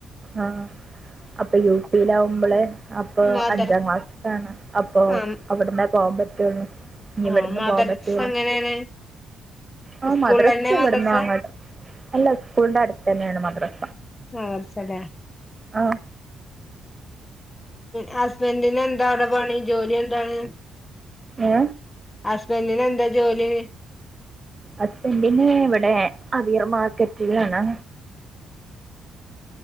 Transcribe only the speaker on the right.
ആഹ അപ്പൊ യു പിയിലാവുമ്പോളെ അപ്പൊ
അഞ്ചാം ക്ലാസ്ാണ് അപ്പൊ
അവിടുന്ന് പോവാൻ പറ്റു ഇനി
ഇവിടന്ന്
പോവാൻ പറ്റൂല
ആ
മദ്രസ് ഇവിടന്ന്
അങ്ങട്ട അല്ല സ്കൂളിന്റെ അടുത്ത് തന്നെയാണ് മദ്രസ്
ആ
ഏ
ഹസ്ബന്റിന് ഇവിടെ അതിർ മാർക്കറ്റുകളാണ്